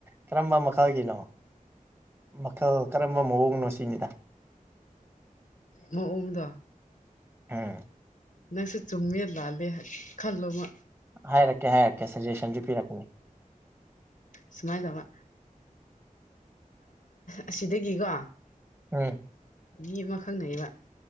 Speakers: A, on the right; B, on the left.
A: ꯀꯔꯝꯕ ꯃꯈꯜꯒꯤꯅꯣ ꯃꯈꯜ ꯀꯔꯝꯕ ꯃꯑꯣꯡꯅꯣ ꯁꯤꯅꯤꯗ
B: ꯃꯑꯣꯡꯗ
A: ꯑꯝ
B: ꯅꯪꯁꯨ ꯆꯨꯝꯃꯦ ꯂꯥꯜꯂꯦ ꯍꯦꯠ ꯈꯜꯂꯣꯕ
A: ꯍꯥꯏꯔꯛꯀꯦ ꯍꯥꯏꯔꯛꯀꯦ ꯁꯖꯦꯁꯟꯁꯨ ꯄꯤꯔꯛꯀꯦ
B: ꯁꯨꯃꯥꯏꯅ ꯇꯧꯕ ꯑꯁꯤꯗꯒꯤꯀꯣ
A: ꯎꯝ
B: ꯃꯤ ꯑꯃꯥ ꯈꯪꯅꯕ